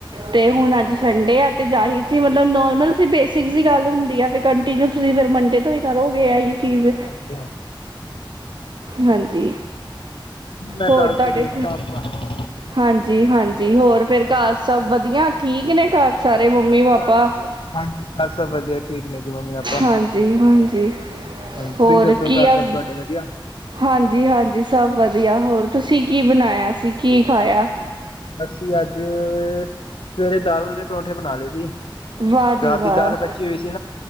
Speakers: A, on the right; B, on the left.
A: ਤੇ ਹੁਣ
B: ਹਾਂ
A: ਅੱਜ
B: ਹਾਂ
A: ਸੰਡੇ ਐ ਤੇ ਜਾਹਿਰ ਜੇ ਮਤਲਬ ਨੋਰਮਲ ਬੇਸਿਕਸ ਜੀ ਗੱਲ ਹੁੰਦੀ ਐ ਬਈ ਕੰਟੀਨਿਊ ਤੁਸੀਂ ਫਿਰ ਮੰਡੇ ਤੋਂ ਹੀ ਕਰੋਗੇ ਇਹੀ ਚੀਜ਼
B: <unintelligible>
A: ਹਾਂਜੀ
B: ਮੈਂ
A: ਹੋਰ
B: ਕੱਲ
A: ਤੁਹਾਡੇ
B: ਤੋਂ ਦੇਖਦਾ ਆਪਾਂ
A: ਹਾਂਜੀ ਹਾਂਜੀ ਹੋਰ ਫੇਰ ਘਰ ਸਭ ਵਧੀਆ ਠੀਕ ਨੇ ਘਰ ਸਾਰੇ ਮੰਮੀ ਪਾਪਾ
B: ਘਰ ਹਾਂਜੀ ਘਰ ਸਭ ਵਧੀਆ ਠੀਕ ਨੇ ਜੀ ਮੰਮੀ ਪਾਪਾ
A: ਹਾਂਜੀ ਹਾਂਜੀ
B: ਹਾਂਜੀ
A: ਹੋਰ
B: ਤੁਸੀਂ ਦੱਸੋ
A: ਕੀ
B: ਘਰ
A: ਆ
B: ਸਭ ਤੁਹਾਡੇ ਵਧੀਆ
A: ਹਾਂਜੀ ਹਾਂਜੀ ਸਭ ਵਧੀਆ ਹੋਰ ਤੁਸੀਂ ਕੀ ਬਣਾਇਆ ਸੀ ਕੀ ਖਾਇਆ
B: ਅਸੀਂ ਅੱਜ ਸਵੇਰੇ ਦਾਲ ਆਲੇ ਪਰੌਂਠੇ ਬਣਾ ਲਏ ਸੀ
A: ਵਾਹ ਜੀ
B: ਰਾਤ ਦੀ
A: ਵਾਹ
B: ਦਾਲ ਬਚੀ ਹੋਈ ਸੀ